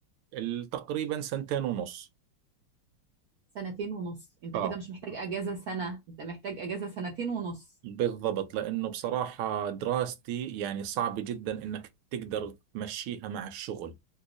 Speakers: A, on the right; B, on the right.
A: ال- تقريبا سنتين ونص
B: سنتين ونص انت
A: اه
B: كده مش محتاج اجازة سنة انت محتاج اجازة سنتين ونص
A: بالضبط لأنه بصراحة دراستي يعني صعب جدا إنك تقدر تمشيها مع الشغل